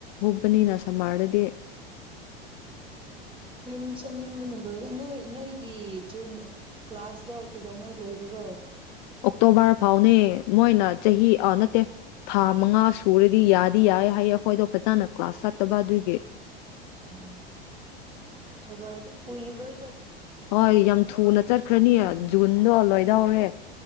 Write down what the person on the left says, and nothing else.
ꯄꯅꯤꯅ ꯁꯝꯃꯔꯗꯗꯤ
ꯑꯣꯛꯇꯣꯕꯔ ꯐꯥꯎꯅꯦ ꯃꯣꯏꯅ ꯆꯍꯤ
ꯅꯠꯇꯦ ꯊꯥ ꯃꯉꯥ ꯁꯨꯔꯗꯤ ꯌꯥꯗꯤ ꯌꯥꯏ ꯍꯥꯏꯌꯦ ꯑꯩꯈꯣꯏꯗꯣ ꯐꯖꯅ ꯀ꯭ꯂꯥꯁ ꯆꯠꯇꯕ ꯑꯗꯨꯏꯒꯤ
ꯍꯣꯏ ꯌꯥꯝ ꯊꯨꯅ ꯆꯠꯈ꯭ꯔꯅꯤ
ꯖꯨꯟꯗꯣ ꯂꯣꯏ ꯌꯧꯔꯦ